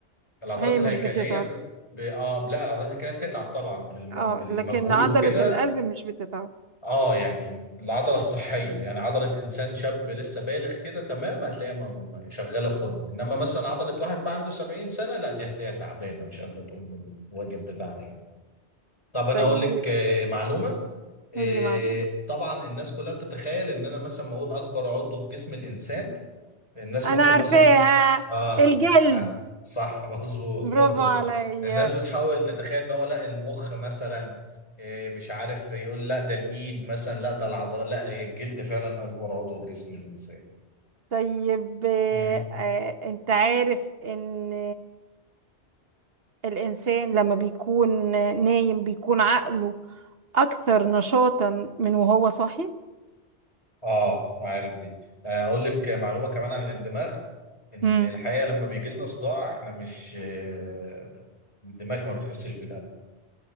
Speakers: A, on the left; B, on the right.
A: العضلات
B: هي
A: الهيكليه
B: مش بتتعب
A: ب... ب... اه لا العضلات الهيكليه بتتعب طبعا بالم...
B: اه
A: بالمجهود
B: لكن عضلة
A: وكده
B: القلب مش بتتعب
A: اه يعني العضله الصحيه يعني عضله انسان شاب لسه بالغ كده تمام هتلاقيها م- م- شغاله فل انما مثلا عضله واحد بقى عنده 70 سنه لا دي هتلاقيها تعبانه مش قادره تقوم بالواجب بتاعها يعني طب انا
B: طيب
A: اقول لك آه، معلومه آه،
B: قول لي معلومة
A: طبعا الناس كلها بتتخيل ان انا مثلا ما اقول اكبر عضو في جسم الانسان الناس
B: انا
A: ممكن
B: عارفاها
A: مثلا اه
B: الجلد
A: ها صح <laughs> مظبوط
B: برافو
A: مظبوط
B: عليا
A: الناس بتحاول تتخيل ان هو لا المخ مثلا إيه، مش عارف يقول لا ده الايد مثلا لا ده العضلات لا هي الجلد فعلا اكبر عضو في جسم الانسان
B: طيب آه،
A: مم.
B: آه، انت عارف ان الانسان لما بيكون نايم بيكون عقله اكثر نشاطا من وهو صاحي
A: اه عارف دي آه، اقول لك معلومه كمان عن الدماغ ان
B: امم
A: الحقيقه لما بيجي لنا صداع احنا مش آه، الدماغ ما بتحسش بالالم